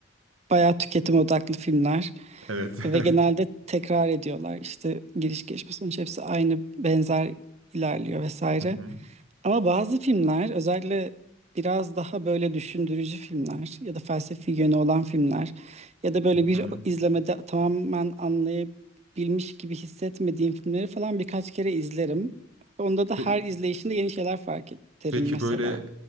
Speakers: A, on the right; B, on the right.
A: bayağı tüketim odaklı filmler
B: Evet. <laughs>
A: ve genelde tekrar ediyorlar. İşte giriş gelişme sonuç hepsi aynı benzer ilerliyor vesaire.
B: Hı hı.
A: Ama bazı filmler özellikle biraz daha böyle düşündürücü filmler ya da felsefi yönü olan filmler ya da böyle bir
B: Hı
A: izlemede tamamen anlayabilmiş gibi hissetmediğim filmleri falan birkaç kere izlerim. Onda da
B: hı.
A: her izleyişinde yeni şeyler fark ederim
B: Peki
A: mesela.
B: böyle